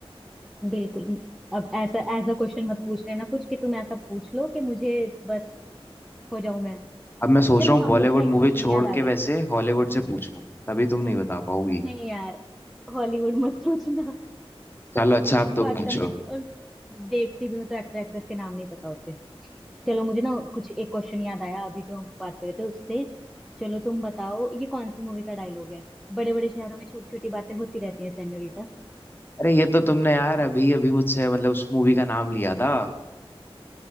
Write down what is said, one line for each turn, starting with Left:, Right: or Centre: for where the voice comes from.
Centre: बिल्कुल अब ऐसा ऐसा क्वेश्चन मत पूछ लेना कुछ कि तुम ऐसा पूछ लो कि मुझे बस खो जाऊं मैं
Left: अब मैं सोच
Centre: चलो
Left: रहा हूँ
Centre: हाँ
Left: बॉलीवुड
Centre: मुझे ना एक
Left: मूवी
Centre: क्वेश्चन
Left: छोड़
Centre: याद आ
Left: के
Centre: गया
Left: वैसे हॉलीवुड से पूछूं तभी तुम नहीं बता पाओगी
Centre: नहीं यार हॉलीवुड मत पूछना
Left: चलो अच्छा अब
Centre: बहुत
Left: तुम पूछो
Centre: कम देखती और देखती भी हूँ तो एक्टर एक्ट्रेस के नाम नहीं पता होते चलो मुझे ना कुछ एक क्वेश्चन याद आया अभी जो हम बात कर रहे थे उससे चलो तुम बताओ ये कौन सी मूवी का डायलॉग है बड़े बड़े शहरों में छोटी छोटी बातें होती रहती हैं सेन्योरिटा
Left: अरे ये तो तुमने यार अभी अभी मुझसे मतलब उस मूवी का नाम लिया था